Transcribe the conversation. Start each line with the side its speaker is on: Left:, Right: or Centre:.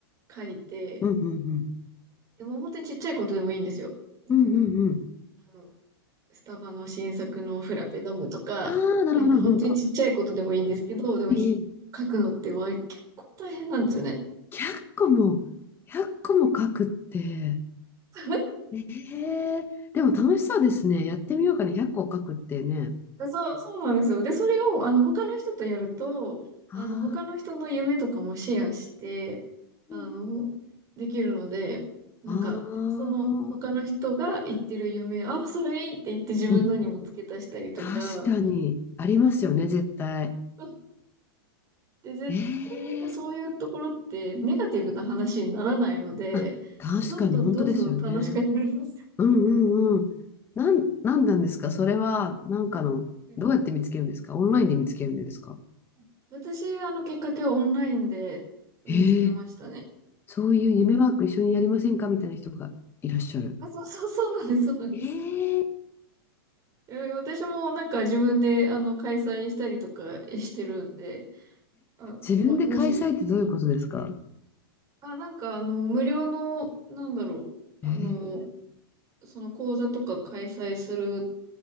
Right: 書いて、
Left: うん、うん、うん。
Right: でも本当にちっちゃいことでもいいんですよ。なんか、
Left: うん、うん、うん。
Right: あの、スタバの新作のフラペ飲むとか、
Left: ああ、なるほど、
Right: なんか本当にちっちゃいことでもいいんですけど、
Left: 本当。
Right: でもひ
Left: ええ
Right: 書くのってわ結構大変なんですよね。
Left: 100個も、100個も書くって、
Right: <laughs>
Left: ええでも楽しそうですね。やってみようかね。100個書くってね。
Right: そう、そうなんですよ。で、それを、あの、他の人とやると、あの、
Left: ああ
Right: 他の人の夢とかもシェアして、あの、
Left: うん
Right: できるので、なんか、
Left: あ
Right: その、
Left: あ、
Right: 他の人が言ってる夢、あ、それいいって言って自分のにも付け足したりとか、
Left: うん、確かにありますよね、絶対。
Right: あで、絶対なんかそういうところってネガティブな話にならないので、
Left: ええあ、確かに本当ですよね。
Right: どんどんどんどん楽しくなります
Left: うんうんうん。なん、なんなんですかそれは、なんかの、
Right: うん
Left: どうやって見つけるんですかオンラインで見つけるんですか
Right: <laughs> 私、あの、きっかけはオンラインで見つけましたね。
Left: ええそういう夢ワーク一緒にやりませんかみたいな人がいらっしゃる。
Right: あ、そうそう、そうなんです、そうなんです。
Left: ええ
Right: え私もなんか自分であの開催したりとかしてるんで、あ、
Left: 自分で開催ってどういうことですか
Right: も、もし、あ、なんかあの無料の、なんだろう、あの、
Left: えー、
Right: その講座とか開催する、